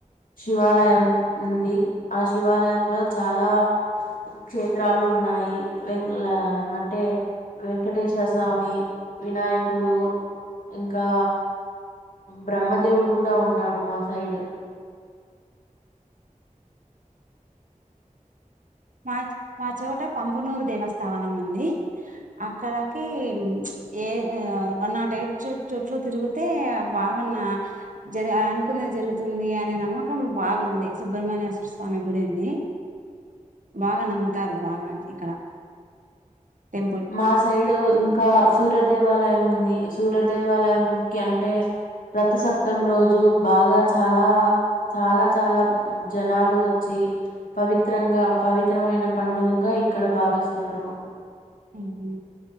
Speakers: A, on the left; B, on the right.
A: శివాలయం. ఉంది. ఆ శివాలయంలో చాలా క్షేత్రాలు ఉన్నాయి. వెంక్ లా అంటే, వెంకటేశ్వర స్వామి, వినాయకుడు ఇంకా, బ్రహ్మదేవుడు గూడా ఉన్నాడు మా సైడ్.
B: మాచ్ మా చోట పంబనూరు దేవస్థానం ఉంది. అక్కడకి ఏ ఆ వన్ నాట్ ఎయిట్ చు చూట్లు తిరిగితే, బాగాన్నా, జరి అనుకునేది జరుగుతుంది అనే నమ్మకం బాగుంది. సుబ్రహ్మణ్యేశ్వర స్వామి గుడి ఉంది. బాగా నమ్ముతారు, బాగా ఇక్కడ. టెంపుల్
A: మా సైడు ఇంకా, సూరద్ దేవాలయం ఉం. ది సూర్య దేవాలయం కి అంటే రథసప్తమి రోజు బాగా, చాలా చాలా, చాలా జనాలు వచ్చి, పవిత్రంగా, పవిత్రమైన పండుగుగా ఇక్కడ భావిస్తారు.
B: ఉహుమ్.